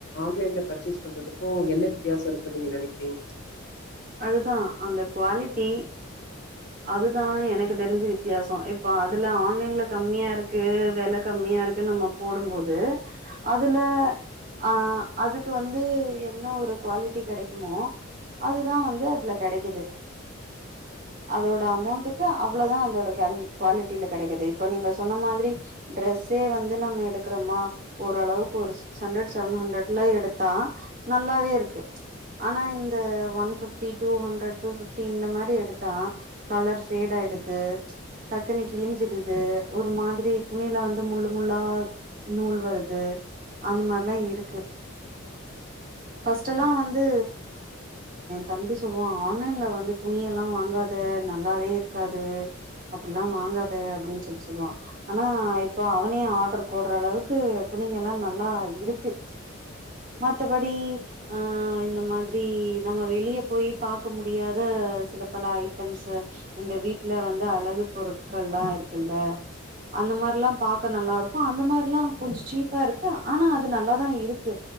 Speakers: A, on the left; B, on the right.
A: ஆன்லைன்ல பர்ச்சேஸ் பண்றதுக்கும் என்ன வித்தியாசோ இருக்கு நீங்க நனைக்றீங்க
B: அதுதா அந்த குவாலிட்டி அதுதா எனக்கு தெரிஞ்சு வித்தியாசோ இப்போ அதுல ஆன்லைன்ல கம்மியா இருக்கு வெல கம்மியாருக்குன் நம்ம போடும்போது அதுல ஆ அதுக்கு வந்து என்ன ஒரு குவாலிட்டி கெடைக்குமோ அது இதா வந்து அதுல கெடைக்குது அதோட அமெண்டுக்கு அவ்ளோ தா அதோட கேல்வி குவாலிட்டில கெடைக்குது இப்ப நீங்க சொன்ன மாதிரி டிரஸே வந்து நம்ம எடுக்றமா ஓரளவுக் ஒரு சிக்ஸ் ஹன்ரெட் செவன் ஹன்ரெட்ல எடுத்தா நல்லாவே இருக்கு ஆனா இந்த one fifty two hundred two fifty இந்த மாரி எடுத்தா கலர் ஃபேடு ஆய்டுது டக்குனு கிழிஞ்சிடுது ஒரு மாதிரி துணில வந்து முள்ளு முள்ளா நூல் வருது அந்த மாரிலா இருக்கு ஃபர்ஸ்ட் எல்லா வந்து தம்பி சொல்வா ஆன்லைன்ல வந்து துணியெல்லா வாங்காத நல்லாவே இருக்காது அப்டிலா வாங்காத அப்டின் சொல்லி சொல்லுவா அனா இப்போ அவனே ஆர்டர் போடுற அளவுக்கு துணிங்க எல்லா நல்லா இருக்கு மத்தபடி ஆ இந்த மாதிரி நம்ம வெளிய போய் பாக்க முடியாத சில பல ஐட்டம்ஸூ இந்த வீட்ல வந்து அழகு பொருட்கள் லா இருக்குல்ல அந்த மாரிலா பாக்க நல்லாருக்கும் அந்த மாரிலா கொஞ் சீப்பாருக்கு ஆனா அது நல்லாதா இருக்கு